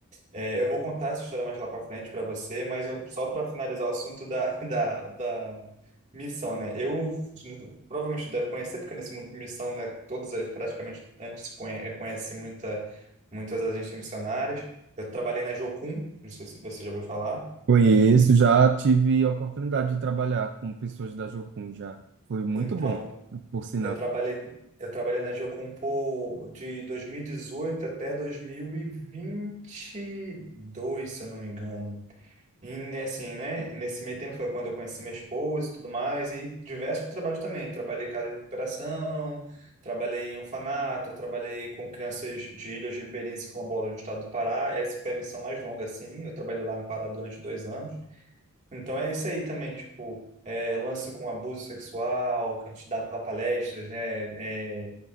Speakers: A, on the right; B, on the right.
A: É, eu vou contar essa história mais lá para frente para você, mas eu, só para finalizar o assunto da, <laughs> da, da missão, né? Eu provavelmente deve conhecer, porque nesse mundo de missão, né, todos eh, praticamente antes conhe- eh, conhecem muita, muitas agências missionárias. Eu trabalhei na Jocum, não sei se você já ouviu falar.
B: conheço, já tive a oportunidade de trabalhar com pessoas da Jocum já. Foi muito
A: Então,
B: bom, por sinal.
A: eu trabalhei, eu trabalhei na Jocum por, de 2018 até 2022, se eu não me engano. E né, assim, né? Nesse meio tempo foi quando eu conheci minha esposa e tudo mais, e diversos trabalhos também. Trabalhei em casa de recuperação, trabalhei em orfanato, trabalhei com crianças de Ilhas Ribeirinhas e Quilombolas no estado do Pará. Essa foi a missão mais longa, assim. Eu trabalhei lá no Pará durante dois anos. Então é isso aí também, tipo, é, lance com abuso sexual, que a gente dava palestras, né? é,